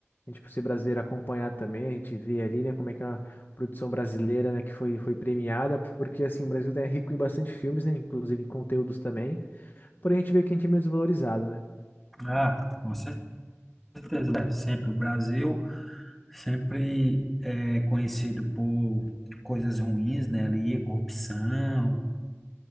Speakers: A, on the left (about 45°); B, in the centre.
A: a gente, por ser brasileiro, acompanhar também. A gente vê ali, né, como é que é uma produção brasileira, né, que foi, foi premiada. Porque, assim, o Brasil é rico em bastante filmes, né, inclusive em conteúdos também. Porém, a gente vê que a gente é meio desvalorizado, né?
B: Ah, com certeza, né? Sempre o Brasil, sempre é conhecido por coisas ruins, né? Ali, corrupção,